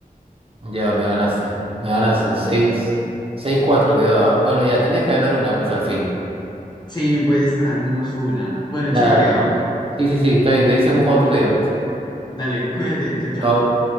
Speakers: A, on the right; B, on the left.
A: Ya me ganaste. Me ganaste.
B: Vamos.
A: Seis. Seis, cuatro quedó, ¿ah? Bueno, ya tenías que ganar una, pues al fin.
B: Sí, pues al menos una. Bueno,
A: Ya,
B: chévere,
A: dale,
B: Oliver.
A: dale. Sí, sí, sí, está bien. Te dice un otro día, pues.
B: Dale, cuídate. Chau, chau.
A: Chao.